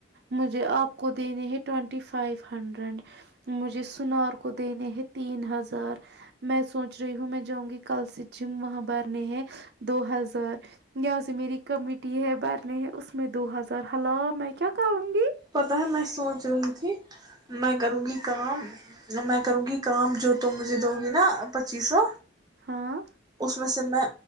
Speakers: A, on the right; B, on the right.
A: مجھے آپ کو دینے ہے ٹوینٹی فائیو ہنڈریڈ مجھے سنار کو دینے ہے تین ہزار میں سوچ رہی ہوں میں جاؤں گی کل سے جم وہاں برنے ہے دو ہزار یہاں سے میری کمیٹی ہے ب نہیں اس میں دو ہزار ہلا میں کیا کروں گی
B: پتا ہے میں سوچ رہی تھی میں کروں گی کام میں کروں گی کام جو تو مجھے دو گی نا پچیس سو
A: ہاں
B: اس میں سے میں